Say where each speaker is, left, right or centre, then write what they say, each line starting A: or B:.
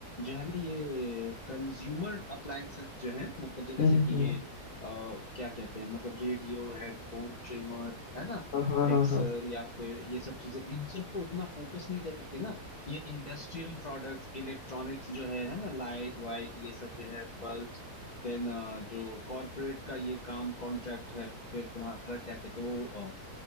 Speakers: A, on the left; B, on the left.
A: जो है ना ये कंज्यूमर अप्लायंसेस जो है मतलब जैसे
B: हम्म
A: कि
B: हम्म।
A: ये अ, क्या कहते हैं मतलब रेडियो हेडफोन ट्रिमर है ना
B: हाँ हाँ
A: मिक्सर
B: हाँ हाँ
A: या फिर ये सब चीजें इन सब को उतना फोकस नहीं करके ना ये इंडस्ट्रियल प्रोडक्ट्स इलेक्ट्रॉनिक्स जो है है ना लाइट वाइट ये सब जो है बल्ब देन जो कॉरपोरेट का ये काम कॉन्ट्रैक्ट है फिर तुम्हारा क्या कहते हैं वो